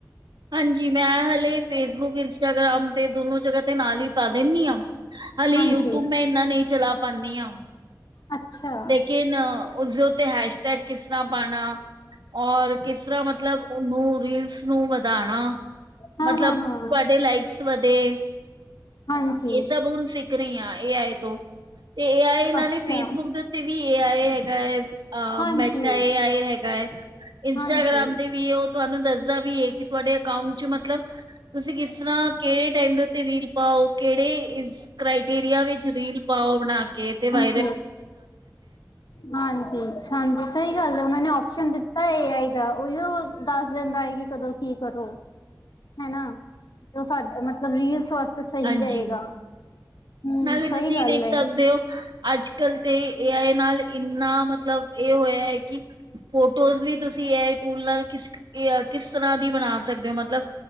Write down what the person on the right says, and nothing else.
ਹਾਂਜੀ, ਮੈਂ ਹਾਲੇ ਫੇਸਬੁੱਕ ਇੰਸਟਾਗ੍ਰਾਮ ਦੇ ਦੋਨੋ ਜਗ੍ਹਾ ਤੇ ਨਾਲ ਹੀ ਪਾ ਦਿੰਦੀ ਹਾਂ। ਹਾਲੇ, ਯੂਟਿਊਬ
ਮੈਂ ਇੰਨਾ ਨਹੀਂ ਚਲਾ ਪਾਉਂਦੀ ਹਾਂ।
ਕਿਨੇ ਉਸਦੇ ਉੱਤੇ ਹੈਸ਼ਟੈਗ ਕਿਸ ਤਰ੍ਹਾਂ ਪਾਣਾ ਔਰ ਕਿਸ ਤਰ੍ਹਾਂ ਮਤਲਬ ਮਤਲਬ, ਉਹਨੂੰ ਰੀਲਸ ਨੂੰ ਵਧਾਉਣਾ
ਮਤਲਬ,
ਤੁਹਾਡੇ
ਲਾਈਕਸ ਵਧੇ
ਇਹ ਸਭ ਹੁਣ ਸਿ ਰਹੀ ਹਾਂ, ਏ ਆਈ ਤੋਂ ਤੇ ਏ ਆਈ ਨਾਲੇ
ਫੇਸਬੁੱਕ ਦੇ ਉੱਤੇ ਵੀ ਏ ਆਈ ਹੈਗਾ ਹੈ। ਅ
ਮੈ ਕਿਆ ਏ ਆਏ ਹੈਗਾ ਏ। ਇੰਸਟਾਗ੍ਰਾਮ
ਤੇ ਵੀ ਉਹ ਤੁਹਾਨੂੰ ਦੱਸਦਾ ਵੀ ਏ, ਕਿ ਤੁਹਾਡੇ ਅਕਾਊਂਟ ਚ ਮਤਲਬ ਤੁਸੀਂ ਕਿਸ ਤਰ੍ਹਾਂ ਕਿਹੜੇ ਟੈਮ ਦੇ ਉੱਤੇ ਰੀਲ ਪਾਓ, ਕਿਹੜੇ ਇਸ ਕ੍ਰਾਈਟਿਰੀਆ ਵਿੱਚ ਰੀਲ ਪਾਓ ਬਣਾ ਕੇ ਤੇ ਵਾ
ਹਾਂਜੀ
ਨਾਲੇ ਤੁਸੀਂ
ਦੇਖ ਸਕਦੇ
ਹੋ। ਅੱਜ ਕੱਲ ਤੇ ਏ ਆਏ ਨਾਲ ਇੰਨਾ ਮਤਲਬ ਇਹ ਹੋਇਆ ਏ। ਕੀ ਫੋਟੋਜ਼ ਵੀ ਤੁਸੀਂ ਏ ਆਈ ਟੂਲ ਨਾਲ ਕਿਸ <unintelligible> ਕਿਸ ਤਰ੍ਹਾਂ ਦੀ ਬਣਾ ਸਕਦੇ ਹੋ। ਮਤਲਬ